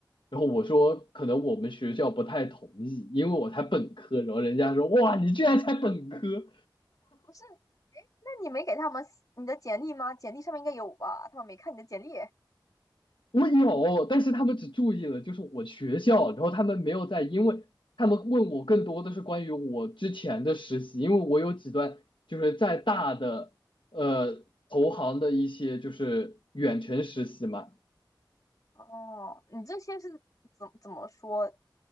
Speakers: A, on the left; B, on the left.
A: 然后我说可能我们学校不太同意，因为我才本科。然后人家说哇，你居然才本科，
B: 不是，哎，那你没给他们你的简历吗？简历上面应该有吧？他们没看你的简历。
A: 我有，但是他们只注意了就是我学校，然后他们没有在，因为他们问我更多的是关于我之前的实习，因为我有几段就是在大的呃投行的一些就是远程实习嘛。
B: 哦，你这些是怎怎么说，